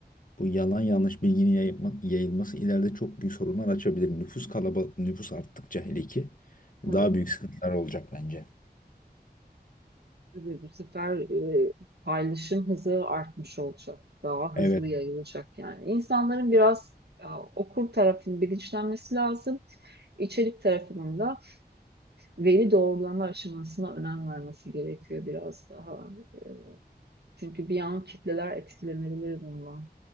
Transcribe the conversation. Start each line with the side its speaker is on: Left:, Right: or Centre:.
Left: bu yalan yanlış bilginin yayılma- yayılması ileride çok büyük sorunlar açabilir. Nüfus kalaba nüfus arttıkça hele ki
Right: Evet,
Left: daha büyük sıkıntılar olacak bence.
Right: tabii bu sefer e, paylaşım hızı artmış olacak. Daha
Left: Evet,
Right: hızlı yayılacak yani. İnsanların biraz e, okur tarafının bilinçlenmesi lazım. İçerik tarafının da veri doğrulama aşamasına önem vermesi gerekiyor biraz daha. E, Çünkü bir an kitleler etkilenebilir bundan.